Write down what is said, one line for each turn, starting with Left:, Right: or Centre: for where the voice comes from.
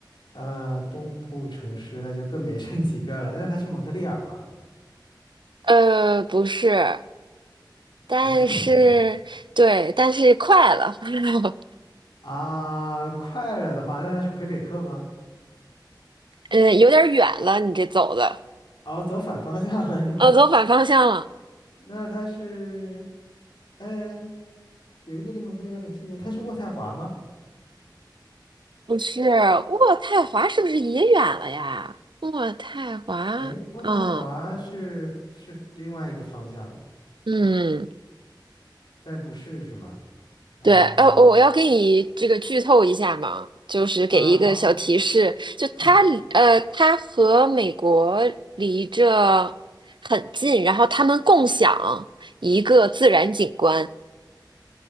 Left: 呃，东部城市那就更没剩几个了。那它是蒙特利尔吧？
Right: 呃，不是，但是，
Left: 不是蒙特利尔
Right: 对，但是快了，<laughs>
Left: 啊，快了的话，那它是魁北克吗？
Right: 嗯，有点远了，你这走的，
Left: 哦，走反方向了是吗？
Right: 呃，走反方向了，
Left: 那它是，呃，有一个离蒙特利尔很近的，它是渥太华吗？
Right: 不是，渥太华是不是也远了呀？渥太华，
Left: 哎，渥太华是是另外一个方向，
Right: 嗯嗯。
Left: 但不是是吗？嗯
Right: 对，呃，我要给你这个剧透一下嘛，就是给一个小提示，
Left: 啊，好，
Right: 就它，
Left: 嗯
Right: 呃，它和美国离着很近，然后他们共享一个自然景观。